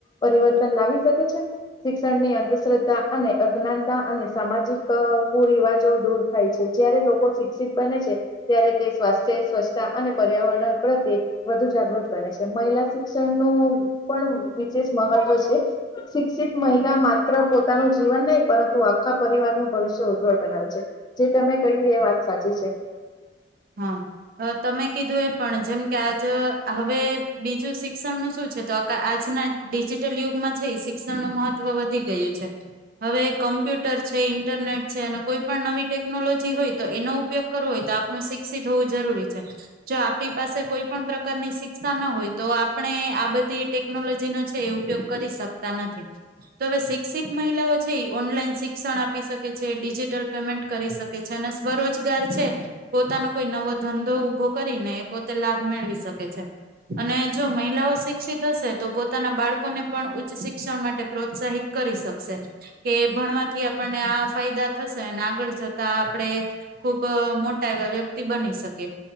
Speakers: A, on the left (about 25°); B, on the right (about 55°).
A: પરિવર્તન લાવી શકે છે શિક્ષણ ની અંધશ્રદ્ધા અને અજ્ઞાનતા અને સામાજિક કુરિવાજો દૂર થાય છે જયારે લોકો શિક્ષિત બને છે ત્યારે તે સ્વાસ્થ્ય સ્વચ્છતા અને પર્યાવરણ પ્રત્યે વધુ જાગૃત બને છે મહિલા શિક્ષણનુંું પણ વિશેષ મહત્વ છે શિક્ષિત મહિલા માત્ર પોતાનું જીવન નહી પરંતુ આખા પરિવારનુંું ભવિષ્ય ઉજ્જવળ બનાવે છે જે તમે કહ્યું એ વાત સાચી છે
B: હા તમે કીધું એ પણ જેમ કે આજ હવે બીજું શિક્ષણનું શું છે તો આજના ડિજિટલ યુગમાં છે શિક્ષણનું મહત્વ વધી ગયું છે હવે કોમ્પ્યુટર છે ઇન્ટરનેટ છે અને કોઈ પણ નવી ટેકનોલોજી હોય તો એનો ઉપયોગ કરવો હોય તો આપું શિક્ષિત હોવું જરૂરી છે જો આપણી પાસે કોઈ પણ પ્રકારની શિક્ષા ના હોય તો આપણે આ બધી ટેકનોલોજીનોો છે એ ઉપયોગ કરી શકતા નથી તો હવે શિક્ષિત મહિલાઓ છે એ ઓનલાઈન શિક્ષણ આપી શકે છે ડિજિટલ પેમેન્ટ કરી શકે છે અને સ્વરોજગાર છે પોનો કોઈ નવો ધંધો ઉઊભો કરીને પોતે લાભ મેળવી શકે છે અને જો મહિલાઓ શિક્ષિત હશે તો પોતાના બાળકોને પણ ઉચ્ચ શિક્ષણ માટે પ્રોત્સાહિત કરી શકશે કે ભણવાથી આપણને આ ફાયદા થશે અને આગળ જતા આપણે ખૂબ મો વ્યક્તિ બની શકે